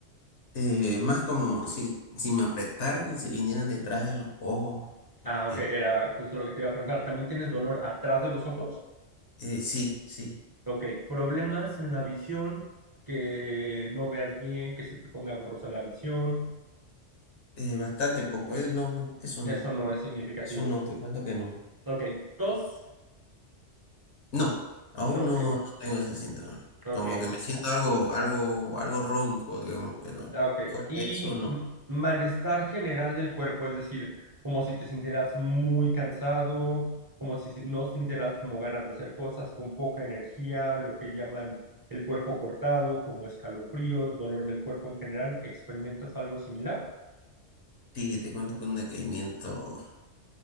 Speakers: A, on the left (about 70°); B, on the right (about 20°).
A: Eh, más como si, si me apretaran y se vinieran detrás de los ojos.
B: Ah, ok,
A: el-
B: era justo lo que te iba a preguntar. ¿También tienes dolor atrás de los ojos?
A: eh, sí, sí,
B: Ok, problemas en la visión, que no veas bien, que se te ponga borrosa la visión.
A: eh, bastante poco, eh, no, no, eso
B: Eso
A: no.
B: no es significativo.
A: Eso no, te cuento que no.
B: Ok, tos.
A: No, aún
B: No, ok.
A: no, no tengo ese síntoma.
B: Ok,
A: Como
B: mm,
A: que me siento algo, algo, algo ronco, digamos, pero
B: ah, ok.
A: fuera
B: Y
A: de eso no.
B: mm, malestar general del cuerpo, es decir, como si te sintieras muy cansado, como si si- no sintieras como ganas de hacer cosas, con poca energía, lo que llaman el cuerpo cortado, como escalofríos, dolor del cuerpo en general, ¿experimentas algo similar?
A: Sí, te cuento que un decaimiento